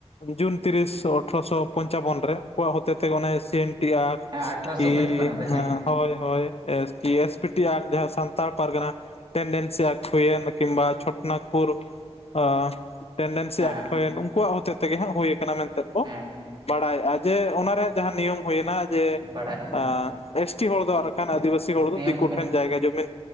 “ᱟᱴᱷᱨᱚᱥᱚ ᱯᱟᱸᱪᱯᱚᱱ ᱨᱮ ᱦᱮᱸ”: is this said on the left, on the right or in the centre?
Right